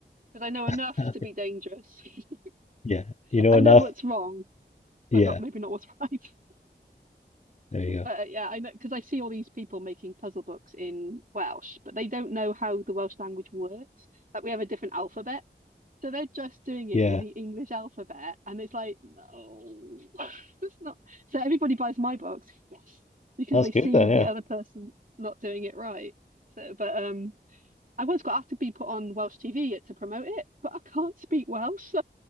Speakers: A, on the right; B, on the left.
A: because I know enough
B: <laughs>
A: to be dangerous. <laughs>
B: Yeah, you know
A: I
B: enough.
A: know what's wrong,
B: Yeah,
A: but not maybe not what's <laughs> right.
B: there you go.
A: But yeah, I know because I see all these people making puzzle books in Welsh, but they don't know how the Welsh language works. Like we have a different alphabet, so they're just doing it
B: Yeah,
A: in the English alphabet, and it's like, no, <laughs> it's not. So everybody buys my books, yes, because
B: that's
A: they
B: good
A: see
B: then.
A: the
B: Yeah.
A: other person not doing it right. So, but um, I once got asked to be put on Welsh TV to promote it, but I can't speak Welsh.